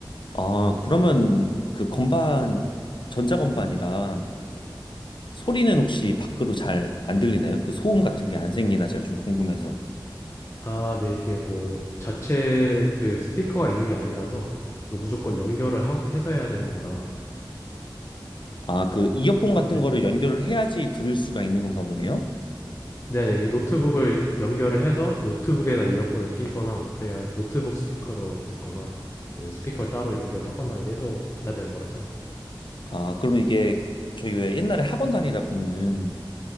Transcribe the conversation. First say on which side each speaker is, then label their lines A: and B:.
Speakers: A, on the left; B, on the left.
A: 아, 그러면 그 건반, 전자건반이라 소리는 혹시 밖으로 잘 안 들리나요? 그 소음 같은 게 안 생기나 제가 좀 궁금해서.
B: 아, 네, 이게 뭐, 자체 그 스피커가 있는 게 아니라서, 이거 무조건 연결을 하고 해서 해야 되는 거라
A: 아, 그 이어폰 같은
B: 네.
A: 거를 연결을 해야지 들을 수가 있는 건가 보네요.
B: 네네. 이 노트북을 연결을 해서 노트북에다 이어폰을 끼거나 뭐 그래야 노트북 스피커로 듣거나 아니면 스피커를 따로 연결하거나 이래서 해야 되는 거라서.
A: 아, 그러면 이게 저희 왜 옛날에 학원 다니다 보면은